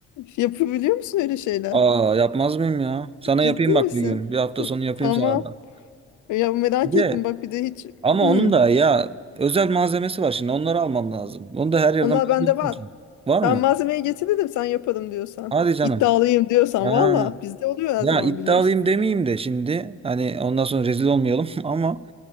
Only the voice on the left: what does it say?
yapabiliyor musun öyle şeyler?
Ciddi
misin?
Tamam.
Ya merak
ettim
bak bir de hiç.
Hmm.
Onlar
bende var.
Ben
malzemeyi getirdim sen yaparım diyorsan.
İddialıyım diyorsan
valla bizde oluyor her
zaman
biliyorsun.